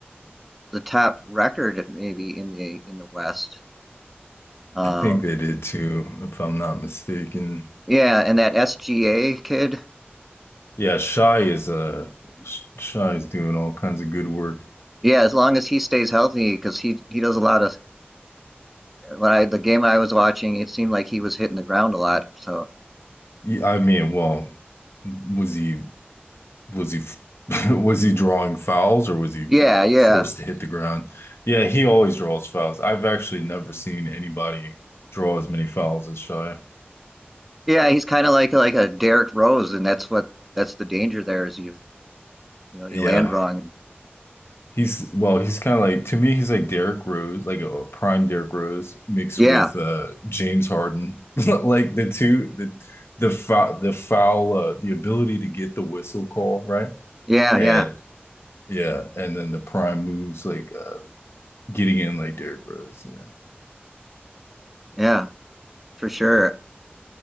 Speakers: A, in the centre; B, on the left.
A: the top record maybe in the in the West. Um,
B: I think they did too, if I'm not mistaken.
A: yeah, and that SGA kid.
B: Yeah, Shy is uh Sh- Shy is doing all kinds of good work.
A: Yeah, as long as he stays healthy, because he he does a lot of When I the game I was watching, it seemed like he was hitting the ground a lot. So
B: He- I mean, well, was he? was he f- <laughs> was he drawing fouls or was he
A: yeah, yeah,
B: forced to hit the ground? Yeah, he always draws fouls. I've actually never seen anybody draw as many fouls as Shai.
A: yeah. He's kind of like like a Derrick Rose, and that's what that's the danger there is you you know you
B: Yeah,
A: land wrong. And
B: he's well, he's kind of like to me, he's like Derrick Rose, like a prime Derrick Rose mixed
A: yeah,
B: with uh James Harden. <laughs> Like the two the the foul the foul uh, the ability to get the whistle call, right?
A: yeah,
B: And
A: yeah,
B: yeah, and then the prime moves like uh getting in like Derrick Rose. Yeah.
A: yeah, for sure.